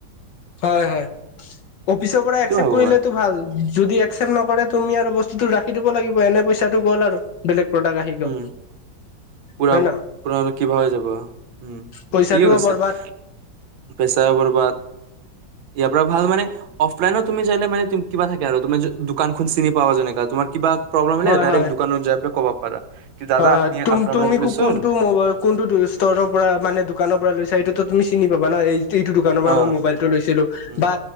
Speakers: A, on the left (about 70°); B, on the right (about 80°).
A: হয় -হয় অফিচৰ পৰা একচেপ্ট
B: এইটো ভাবো
A: কৰিলেতো
B: মই
A: ভাল। যদি একচেপ্ট নকৰে তুমি আৰু বস্তুতটো ৰাখি দিব লাগিব এনে পইচাটো গ'ল আৰু বেলেগ। প্ৰডাক্ট আহি গ'ল
B: উম <inaudible> পুৰা
A: হয় ন
B: পুৰা কিবা হৈ যাব উম
A: পইচাটোও
B: ঠিকে কৈছে
A: বৰবাদ
B: <inaudible> পেচা বৰবাদ <inaudible> ইয়াৰ পৰা ভাল মানে অফলাইনত তুমি যাইলে তুম মানে কিবা থাকে আৰু তুমাৰ য দোকানখন চিনি পাৱা যেনেকা তোমাৰ কিবা প্ৰব্লেম হলে
A: হয়
B: ডাইৰেক্ট
A: হয়
B: দোকানত যাই কব। পাৰা কি দাদা
A: হয়
B: আপনি
A: -হয় তুম
B: আপোনাৰ
A: তুমি
B: পৰা তুলিচোন
A: কো কোনটো ম কোনটো ইষ্টৰ পৰা মানে দোকানৰ পৰা লৈছা এইটো তুমি চিনি পাবা ন এই। এইটো দোকানৰ পৰা
B: অ
A: মই মোবাইলটো লৈছিলো
B: উম
A: বা